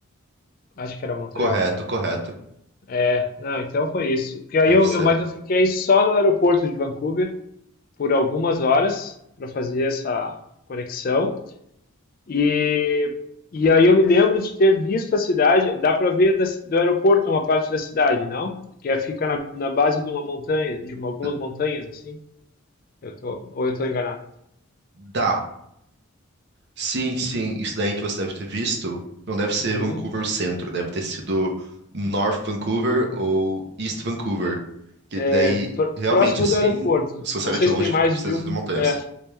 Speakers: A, on the left; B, on the right.
A: Acho que era Montreal.
B: Correto, correto.
A: É, Não, então foi isso. Porque aí
B: Deve
A: eu,
B: ser.
A: eu, mas eu fiquei só no aeroporto de Vancouver por algumas horas para fazer essa conexão. E, e aí eu me lembro de ter visto a cidade. Dá para ver das- do aeroporto uma parte da cidade, não? Que é, fica na, na base de uma montanha, de uma- algumas
B: D-
A: montanhas assim. Eu tô, ou eu estou enganado.
B: dá. Sim, sim, isso daí que você deve ter visto não deve ser
A: Uhum.
B: Vancouver Centro, deve ter sido North Vancouver ou East Vancouver.
A: É,
B: Que
A: é,
B: daí,
A: pr-
B: realmente,
A: próximo
B: assim,
A: do aeroporto.
B: se você
A: Eu não
B: olha
A: sei
B: de
A: se
B: longe,
A: tem mais
B: fica essas
A: de um.
B: montanhas.
A: É,